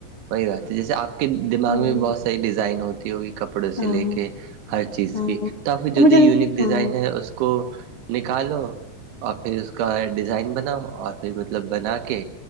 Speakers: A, on the right; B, on the left.
A: وہی بات ہے جیسے آپ کے دماغ
B: ہوں
A: میں بھی بہت ساری ڈیزائن ہوتی ہوگی کپڑوں
B: ہاں
A: سے لے کے ہر چیز
B: ہاں
A: کی تو آپ کی جو
B: مجھے
A: بھی یونک
B: ہاں
A: ڈیزائن ہے اس کو نکالو اور پھر اس کا ڈیزائن بناؤ اور پھر مطلب بنا کے